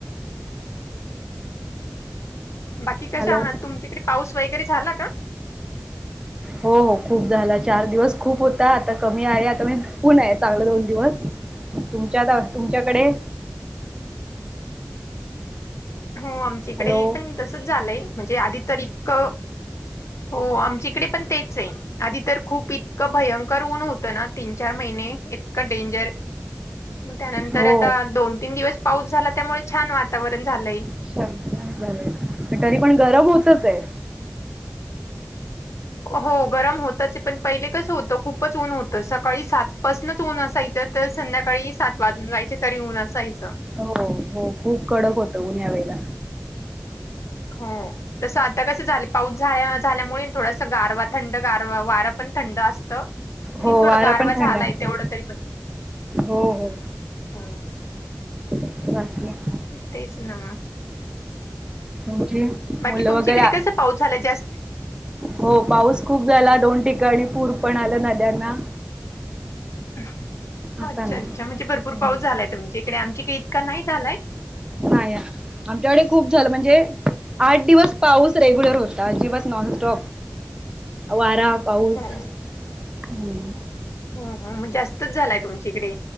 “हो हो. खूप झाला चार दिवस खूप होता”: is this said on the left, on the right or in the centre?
Right